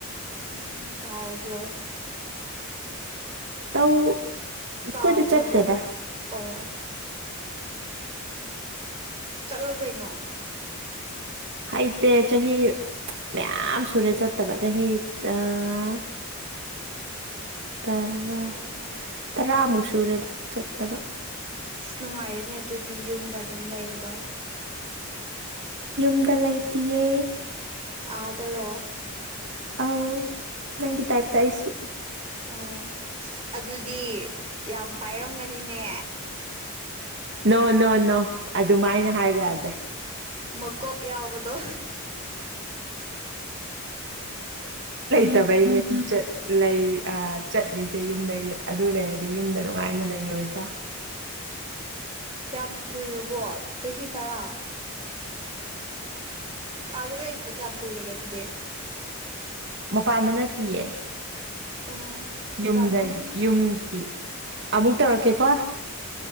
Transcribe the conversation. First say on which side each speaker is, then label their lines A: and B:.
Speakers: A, on the right; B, on the right.
A: ꯎꯝ ꯇꯥꯎꯕ꯭ꯔꯣ
B: ꯇꯧ ꯑꯩꯈꯣꯏꯗꯤ
A: ꯆꯥꯎꯕ꯭ꯔꯣ
B: ꯆꯠꯇꯦꯗ
A: ꯍꯥꯏꯕ ꯑꯣ ꯆꯠꯂꯨ ꯀꯩꯅꯣ
B: ꯍꯩꯇ‌ꯦ ꯆꯍꯤ ꯃꯌꯥꯝ ꯁꯨꯔꯦ ꯆꯠꯇꯕ ꯆꯍꯤ ꯑꯥ ꯇꯔꯥ
A: ꯑꯣ
B: ꯇꯔꯥꯃꯨꯛ ꯁꯨꯔꯦꯗ ꯆꯠꯇꯕ
A: ꯑꯁ ꯅꯨꯡꯉꯥꯏꯔ‌ꯦꯅꯦ ꯑꯗꯨꯗꯤ ꯌꯨꯝꯗ ꯑꯗꯨꯝ ꯂꯩꯕꯗꯣ
B: ꯌꯨꯝꯗ ꯂꯩꯇꯤꯌꯦ
A: ꯑꯗꯥꯔꯣ
B: ꯑꯧ ꯅꯪꯒꯤ ꯇꯥꯏꯞꯇꯥ ꯑꯩꯁꯨ
A: ꯑꯣ ꯑꯁ ꯑꯗꯨꯗꯤ ꯌꯥꯝ ꯄꯥꯏꯔꯝꯒꯅꯤꯅꯦ꯫
B: ꯅꯣ ꯅꯣ ꯅꯣ ꯑꯗꯨꯃꯥꯏꯅ ꯍꯥꯏꯕ ꯌꯥꯗꯦ꯫
A: ꯃꯀꯣꯛ ꯌꯥꯎꯕꯗꯣ꯫
B: ꯆꯠꯇꯕꯩꯅꯦ ꯆꯠꯂꯦ ꯑꯥ ꯆꯠꯂꯤꯁꯦ ꯌꯨꯝꯗꯩ ꯑꯗꯨ ꯂꯩꯔꯗꯤ ꯌꯨꯝꯗ ꯅꯨꯡꯉꯥꯏꯅ ꯂꯩ ꯔꯣꯏꯗꯔꯥ꯫
A: ꯌꯥꯝ ꯀꯨꯏꯔꯕꯣ ꯆꯍꯤ ꯇꯔꯥ꯫ ꯑꯥꯗ ꯂꯩꯕꯗꯣ ꯀꯌꯥꯝ ꯀꯨꯏꯔꯒꯦ ꯑꯗꯨꯗꯤ꯫
B: ꯃꯄꯥꯟꯗꯅꯠꯇꯤꯌꯦ꯫
A: ꯎꯝ ꯃꯄꯥꯟꯗꯅ
B: ꯌꯨꯝꯗꯒꯤ ꯌꯨꯝꯒꯤ ꯑꯃꯨꯛ ꯇꯧꯔꯛꯀꯦꯀꯣ꯫